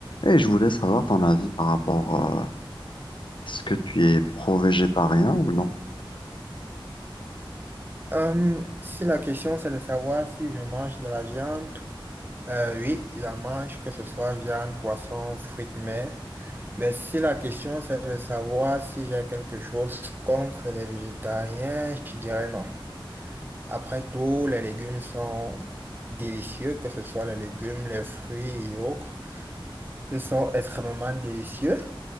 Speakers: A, on the left (about 65°); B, on the right (about 20°).
A: Et je voulais savoir ton avis par rapport à ce que tu es pro-végétarien ou non?
B: Euh, si la question c'est de savoir si je mange de la viande, euh, oui, je mange que ce soit viande, poisson, fruits de mer. Mais si la question c'est de savoir si j'ai quelque chose contre les végétariens, je dirais non. Après tout, les légumes sont délicieux, que ce soit les légumes, les fruits et autres. Ils sont extrêmement délicieux.